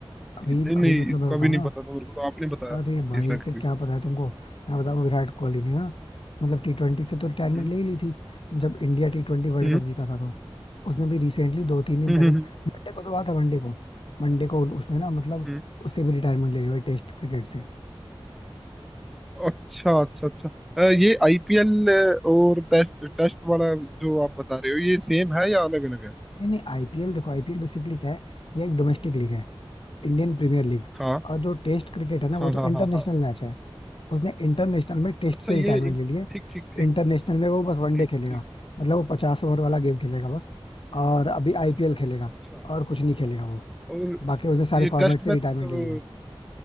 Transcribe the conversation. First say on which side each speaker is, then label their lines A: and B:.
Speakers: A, on the left (about 65°); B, in the centre.
A: अभी
B: नहीं नहीं
A: अभी मतलब
B: इसका
A: मैं बताऊं
B: भी नहीं
A: ना
B: पता था मेरे को तो आपने बताया
A: अरे भाई
B: ये फैक्ट
A: फिर
B: भी
A: क्या पता है तुमको मैं बताऊं विराट कोहली ने ना मतलब टी ट्वेंटी से तो रिटायरमेंट
B: हम्म
A: ले ही ली थी जब India T twenty world
B: हम्म
A: cup जीता था तो उसमें भी रिसेंटली दो तीन दिन
B: हम्म
A: पहले
B: हम्म,
A: मंडे को तो बात है मंडे को मंडे को उन- उसने ना मतलब
B: हम्म,
A: उससे भी रिटायरमेंट ले ली भाई टेस्ट क्रिकेट से
B: अच्छा अच्छा अच्छा अ, ये आईपीएल और टेस्ट टेस्ट वाला जो आप बता रहे हो ये सेम है या अलग अलग है
A: नहीं नहीं आईपीएल देखो आईपीएल बेसिकली क्या है ये एक डोमेस्टिक लीग है इंडियन प्रीमियर लीग
B: हाँ
A: और जो टेस्ट क्रिकेट है ना वो
B: हाँ
A: तो
B: हाँ
A: इंटरनेशनल
B: हाँ हाँ
A: मैच है उसने इंटरनेशनल में टेस्ट
B: अच्छा
A: से
B: ये
A: रिटायरमेंट
B: इन-
A: ले लिया
B: ठीक ठीक ठीक
A: इंटरनेशनल में वो बस वनडे
B: ठीक
A: खेलेगा
B: ठीक
A: मतलब वो पचास ओवर वाला गेम खेलेगा बस और अभी आईपीएल खेलेगा
B: अच्छा
A: और कुछ नहीं खेलेगा वो
B: और
A: बाकी उसने सारे
B: ये
A: फॉर्मेट
B: टेस्ट
A: से
B: मैच
A: रिटायरमेंट
B: मतलब
A: ले लिया